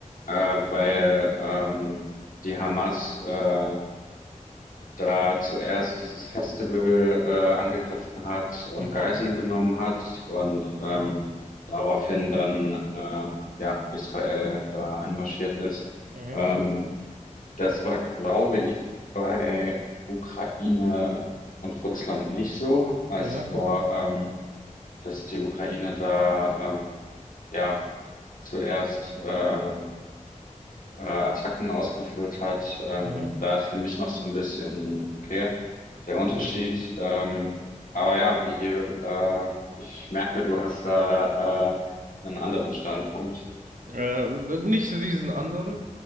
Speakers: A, on the left (about 85°); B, on the right (about 80°).
A: äh, weil ähm, die Hamas äh, da zuerst dieses Festival äh, angegriffen hat und
B: Mhm,
A: Geiseln genommen hat und ähm,
B: mhm,
A: daraufhin dann äh, ja, Israel da einmarschiert ist.
B: mhm,
A: Ähm, Das war, glaube ich, bei Ukraine und Russland nicht so. Es
B: mhm,
A: war, ähm, dass die Ukraine da ähm, ja zuerst äh, äh, Attacken ausgeführt hat. Ähm,
B: mhm.
A: da ist für mich noch so ein bisschen, okay, der Unterschied. Ähm, aber ja, wie, äh, ich merke, du hast da äh, einen anderen Standpunkt.
B: Äh, nicht diesen anderen,